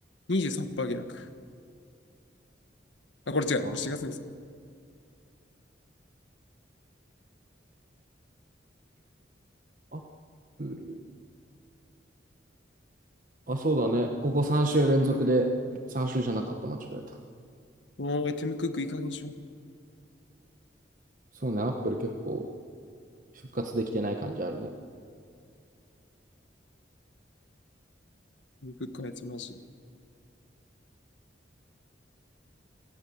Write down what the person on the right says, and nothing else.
あ、
アップル。あ、そうだね。ここ3週連続で、3週じゃなかった、間違えた。
そうね、アップル結構復活できてない感じあるね。